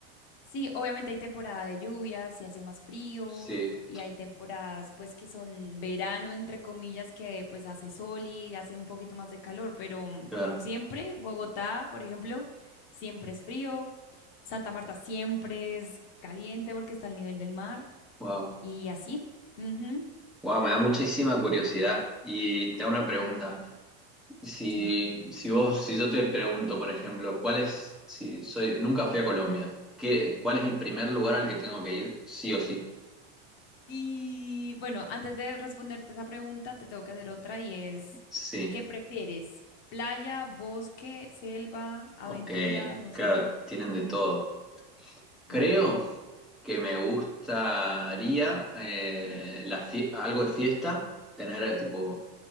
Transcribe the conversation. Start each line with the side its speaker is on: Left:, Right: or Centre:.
Left: Sí, obviamente hay temporada de lluvias y hace más frío
Centre: sí,
Left: y hay temporadas pues que son verano entre comillas que pues hace sol y hace un poquito más de calor, pero mm,
Centre: claro.
Left: siempre Bogotá, por ejemplo, siempre es frío, Santa Marta siempre es caliente porque está al nivel del mar
Centre: Wow.
Left: y así. Ujú,
Centre: Wow, me da muchísima curiosidad. Y te hago una pregunta. Si,
Left: sí.
Centre: si vos, si yo te pregunto, por ejemplo, ¿cuál es, si soy, nunca fui a Colombia, ¿qué, cuál es el primer lugar al que tengo que ir, sí o sí?
Left: Y bueno, antes de responderte esa pregunta, te tengo que hacer otra y es,
Centre: Sí,
Left: ¿qué prefieres? ¿Playa, bosque, selva, aventura?
Centre: ok,
Left: No
Centre: claro,
Left: sé.
Centre: tienen de todo. Creo
Left: Sí,
Centre: que me gustaría eh, la fie- algo de fiesta, tener eh, tipo